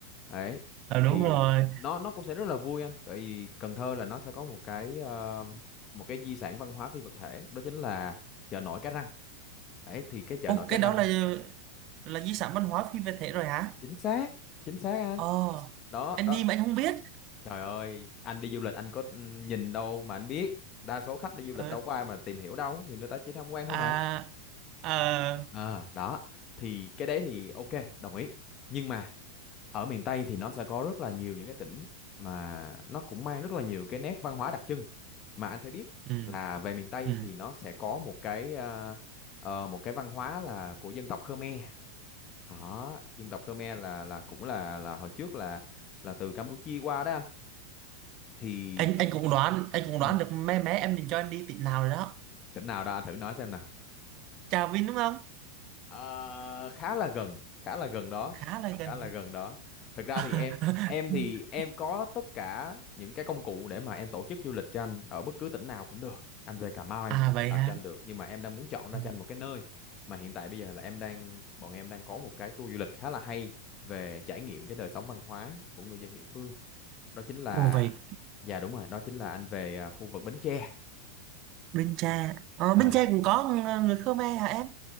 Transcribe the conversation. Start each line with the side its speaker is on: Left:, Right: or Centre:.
Left: Đấy.
Right: ờ đúng
Left: Thì
Right: rồi
Left: nó nó cũng sẽ rất là vui anh, tại vì Cần Thơ là nó sẽ có một cái ờ, một cái di sản văn hóa phi vật thể, đó chính là chợ nổi Cái Răng. Đấy thì cái chợ
Right: ô
Left: nổi Cái
Right: cái
Left: Răng
Right: đó là là di sản văn hóa phi vật thể rồi hả
Left: chính xác, chính xác anh.
Right: ồ
Left: Đó,
Right: anh
Left: đó.
Right: đi mà anh không biết
Left: Trời ơi, anh đi du lịch anh có ừ, nhìn đâu mà anh biết. Đa số khách đi du
Right: ờ,
Left: lịch đâu có ai mà tìm hiểu đâu, thì người ta chỉ tham quan thôi
Right: à
Left: mà.
Right: ờ,
Left: Ờ, đó thì cái đấy thì ok đồng ý nhưng mà ở miền Tây thì nó sẽ có rất là nhiều những cái tỉnh mà nó cũng mang rất là nhiều cái nét văn hóa đặc trưng mà anh phải biết
Right: ừ,
Left: là về miền Tây
Right: ừ.
Left: thì nó sẽ có một cái ờ, ờ, một cái văn hóa là của dân tộc Khmer đó dân tộc Khmer là là cũng là là hồi trước là là từ Campuchia qua đó anh thì
Right: anh
Left: em
Right: anh cũng đoán anh cũng
Left: ừ.
Right: đoán được mé mé em định cho anh đi tỉnh nào rồi đó
Left: tỉnh nào đó anh thử nói xem nè
Right: Trà Vinh đúng không
Left: Ờ, khá là gần khá là gần đó
Right: khá là gần
Left: khá là gần đó thực ra
Right: <laughs>
Left: thì em em thì em có tất cả những cái công cụ để mà em tổ chức du lịch cho anh ở bất cứ tỉnh nào cũng được anh về Cà Mau em
Right: à
Left: cũng
Right: vậy
Left: làm
Right: hả
Left: cho anh được nhưng mà em đang muốn chọn ra
Right: Ừ.
Left: cho anh một cái nơi mà hiện tại bây giờ là em đang bọn em đang có một cái tour du lịch khá là hay về trải nghiệm cái đời sống văn hóa của người dân địa phương đó chính là
Right: ồ vậy
Left: dạ đúng rồi đó chính là anh về à, khu vực Bến Tre
Right: Bến Tre ờ,
Left: Ờ,
Right: Bến Tre cũng có ng- người Khmer hả em